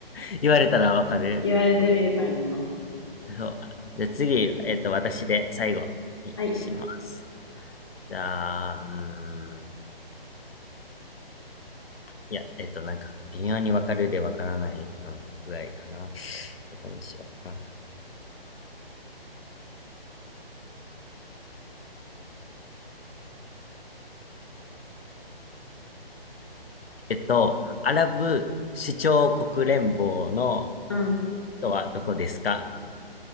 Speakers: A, on the left; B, on the left.
A: ー、<laughs> 言われたらわかる。
B: 言われてみればやんな。
A: そう。じゃあ次、えっと、私で最後にします。
B: はい。
A: じゃあ、うーん。いや、えっと、なんか、微妙にわかるでわからないのぐらいかな。どこにしよう。うんえっと、アラブ首長国連邦の
B: うん。
A: 人はどこですか